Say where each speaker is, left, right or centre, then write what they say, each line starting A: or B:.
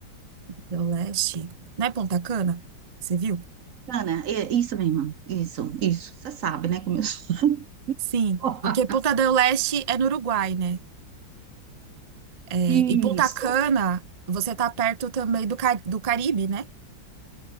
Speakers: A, on the right; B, on the right.
A: Del Leste. Não é Ponta Cana? Você viu?
B: Ana, é isso mesmo. Isso, isso. Você sabe, né? Como eu sou.
A: Sim.
B: <laughs>
A: Porque Ponta del Leste é no Uruguai, né? É,
B: Isso.
A: e Ponta Cana, você tá perto também do, Ca- do Caribe, né?